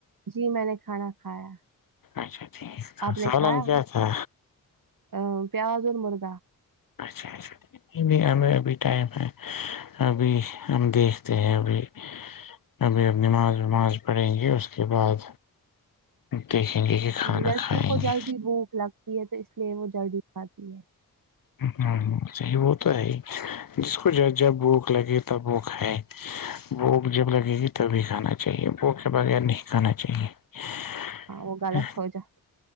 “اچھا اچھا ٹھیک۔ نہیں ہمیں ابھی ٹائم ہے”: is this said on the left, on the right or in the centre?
Left